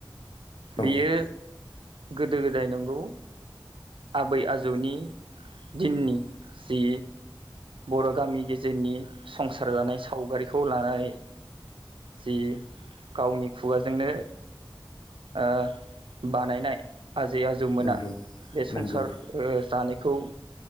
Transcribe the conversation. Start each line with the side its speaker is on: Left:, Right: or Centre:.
Left: औ
Right: बियो गोदो गोदाय नंगौ। आबै आजौनि दिननि जि बर' गामि गेजेरनि संसार जानाय सावगारिखौ लानानै जि गावनि खुगाजोंनो ओ बानायनाय आजै आजौमोना
Left: नंगौ
Right: बे संसार
Left: नंगौ
Right: ओ जानायखौ